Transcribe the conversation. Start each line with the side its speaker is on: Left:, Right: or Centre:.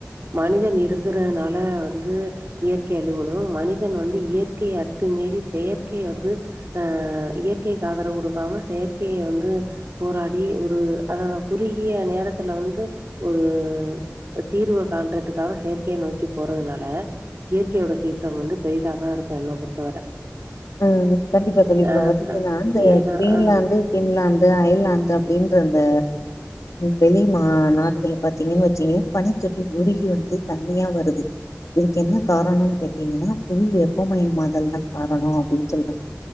Right: மனிதன் இருக்கறதுனால வந்து இயற்கை அலுவலு மனிதன் வந்து இயற்கைய அத்து மீறி செயற்கைய வந்து ஆ இயற்கைக்கு ஆதரவு குடுக்காம செயற்கைய வந்து போராடி ஒரு அ குறுகிய நேரத்துல வந்து ஒரு தீர்வ காண்றதுக்காவ செயற்கைய நோக்கி போறதுனால இயற்கையோட சீற்றம் வந்து பெரிதாதா இருக்கு என்ன பொறுத்தவர
Left: ஆ கண்டிப்பா தோழி இப்ப
Right: அ,
Left: பாத்திங்கன்னா
Right: அ.
Left: இந்த
Right: ஏன்னா
Left: கிரீன்லாண்டு
Right: ஆ.
Left: இங்லாந்து அயல்லாந்து அப்டின்ற அந்த வெளி மா நாடுகள பாத்தீங்கன் வச்சீங்க பனிக்கட்டி உருகி வந்து தண்ணியா வருது இதுக்கு என்ன காரணன்னு கேட்டீங்கன்னா புவி வேப்பமயமாதல் தா காரணோ அப்டினு சொல்றாங்க